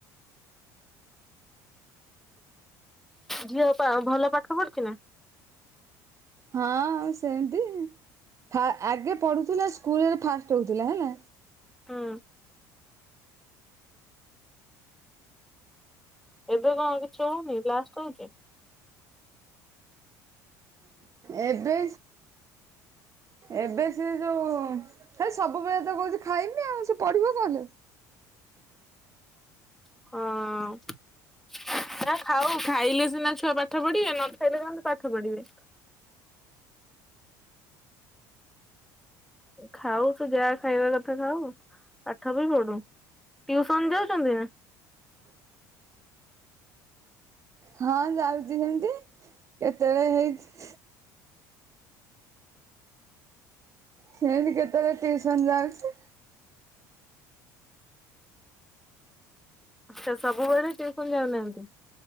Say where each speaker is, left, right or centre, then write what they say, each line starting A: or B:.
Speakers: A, in the centre; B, on the right.
A: ଝିଅ ପା ଭଲ ପାଠ ପଢୁଚି ନା?
B: ହଁ ସେମିତି ଆଗେ ପଢ଼ୁଥିଲା ସ୍କୁଲରେ ଫାଷ୍ଟ ହେଉଥିଲା ହେଲା।
A: ହୁଁ। ଏବେ କଅଁ କିଛି ହଉନି ଲାଷ୍ଟ ହଉଛି।
B: ଏବେ ଏବେ ସିଏ ଯୋଉ ହେ ସବୁବେଳେ ତ କହୁଛି ଖାଇମି ଆଉ ସେ ପଢ଼ିବ କଣ ଲୋ।
A: ହଁ। ନା ଖାଉ ଖାଇଲେ ସିନା ଛୁଆ ପାଠ ପଢିବେ ନ ଖାଇଲେ କଣ ପାଠ ପଢିବେ। ଖାଉ ତୁ ଯାହା ଖାଇବା କଥା ଖାଉ ପାଠ ବି ପଢୁ। ଟ୍ୟୁସନ୍ ଯାଉଚନ୍ତି ନା।
B: ହଁ ଯାଉଛି ସେମିତି କେତେବେଳେ ହେଇଛି ସେନ୍ତି କେତେବେଳେ ଟିଉସନ ଯାଉଛି।
A: ସେ ସବୁବେଳେ ଟିଉସନ ଯାଉନାହାନ୍ତି?